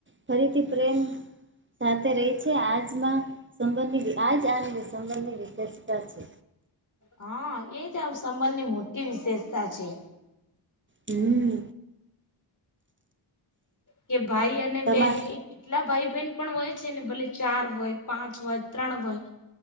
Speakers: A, on the right; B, on the left.
A: ફરીથી પ્રેમ સાથે રહી છે. આજમાં સંબંધિત આજ આ <unintelligible> સંબંધની વિશેષતા છે.
B: હા, એ જ આ સંબંધની મોટી વિશેષતા છે.
A: હમ્મ.
B: કે ભાઈ અને
A: તમા
B: બેન એ કેટલા ભાઈ બેન પણ હોય છે ને, ભલે ચાર હોય, પાંચ હોય, ત્રણ હોય.